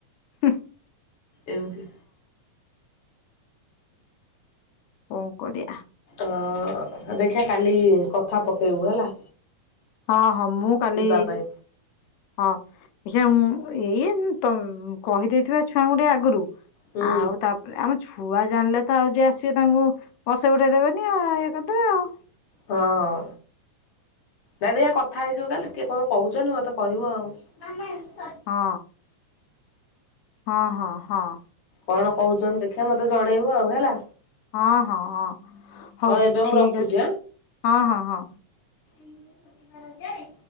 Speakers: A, on the left; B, on the left.
A: ହୁଁ
B: ଏମତି
A: କଣ କରିବା।
B: ହ ଦେଖିବା କାଲି କଥା ପକେଇବୁ ହେଲା।
A: ହଁ ହଁ ମୁଁ କାଲି
B: ଯିବା ପାଇଁ
A: ହଁ। ଦେଖିବା ମୁଁ ଏଇଏ ତ କହିଦେଇଥିବା ଛୁଆଙ୍କୁ ଟିକେ ଆଗରୁ
B: ହୁଁ
A: ଆଉ ତାପରେ ଆମେ ଛୁଆ ଜାଣିଲେ ତ ଆଉ ଯିଏ ଆସିବେ ତାଙ୍କୁ ବସେଇ ଉଠେଇଦେବେନି ଆ ଇଏ କରିଦେବେ ଆଉ।
B: ହଁ। କାରିୟା କଥା ହେଇଯିବୁ କାଲି କିଏ କଣ କହୁଛନ୍ତି ମୋତେ କହିବ ଆଉ।
A: ହଁ। ହଁ-ହଁ-ହଁ।
B: କଣ କହୁଛନ୍ତି ଦେଖିଆ ମତ ତେ ଜଣେଇବୁ ଆଉ ହେଲା।
A: ହଁ-ହଁ-ହଁ ହଉ
B: ଏବେ ମୁଁ
A: ଠିକ
B: ରଖୁଛି
A: ଅଛି ହଁ-ହଁ-ହଁ।
B: ଏଥର ରଜରେ।